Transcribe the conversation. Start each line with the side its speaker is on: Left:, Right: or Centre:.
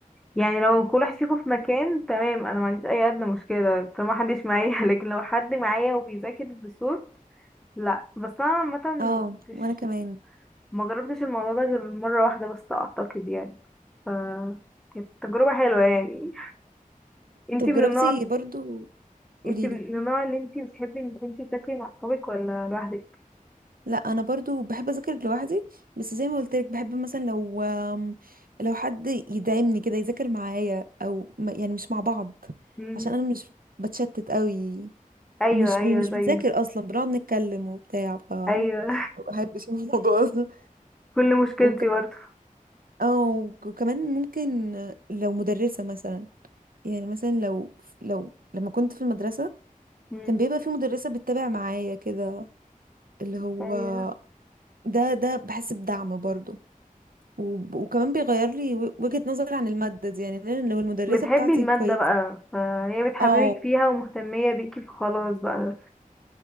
Centre: يعني لو كل واحد فيكم في مكان تمام انا ما عنديش اي ادنى مشكله طالما محدش معايا <laughs> لكن لو حد معايا وبيذاكر بصوت لا بس انا عامه ما
Right: اه
Centre: كنتش
Right: وانا كمان
Centre: ما جربتش الموضوع ده غير مره واحده بس اعتقد يعني ف كانت تجربه حلوه يعني انتي
Right: طب
Centre: من
Right: جربتي
Centre: النوع
Right: برضو قوليلي
Centre: انتي من النوع اللي انتي بتحبي انك انتي تذاكري مع صحابك ولا لوحدك
Right: لا انا برضو بحب اذاكر لوحدي بس زي ما قلت لك بحب مثلا لو آم، لو حد يدعمني كده يذاكر معايا او ما- يعني مش مع بعض
Centre: مم.
Right: عشان انا مش بتشتت قوي
Centre: ايوه
Right: مش
Centre: ايوه
Right: ب... مش بنذاكر
Centre: زي
Right: اصلا بنقعد نتكلم وبتاع ف ما
Centre: ايوه
Right: بحبش <laughs> الموضوع ده
Centre: <laughs> كل مشكلتي
Right: وك...
Centre: برضه
Right: اه وكمان ممكن لو مدرسة مثلا يعني مثلا لو لو لما كنت في المدرسة
Centre: مم.
Right: كان بيبقى في مدرسة بتتابع معايا كده اللي هو
Centre: ايوه
Right: ده ده بحس بدعم برضه وب- وكمان بيغير لي و- وجهة نظري عن المادة دي يعني لأن لو المدرسة
Centre: بتحبي
Right: بتاعتي
Centre: المادة
Right: كويسة
Centre: بقى فهي بتحببك
Right: اه
Centre: فيها ومهتمية بيكي فخلاص بقى